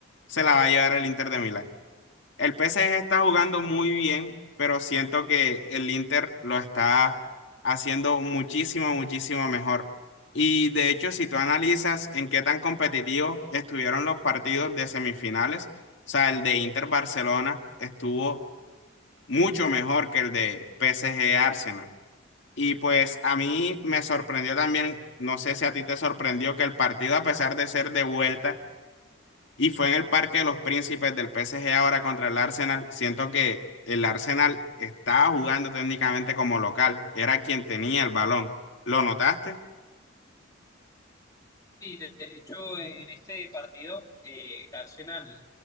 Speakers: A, on the left (about 65°); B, on the left (about 20°).
A: se la va a llevar el Inter de Milán el P S G está jugando muy bien, pero siento que el Inter lo está haciendo muchísimo, muchísimo mejor. Y de hecho, si tú analizas en qué tan competitivos estuvieron los partidos de semifinales, o sea, el de Inter Barcelona estuvo mucho mejor que el de P S G Arsenal. Y pues a mí me sorprendió también, no sé si a ti te sorprendió que el partido, a pesar de ser de vuelta, y fue en el Parque de los Príncipes del PSG ahora contra el Arsenal. Siento que el Arsenal estaba jugando técnicamente como local. Era quien tenía el balón. ¿Lo notaste?
B: y de de hecho, en este partido, eh, Arsenal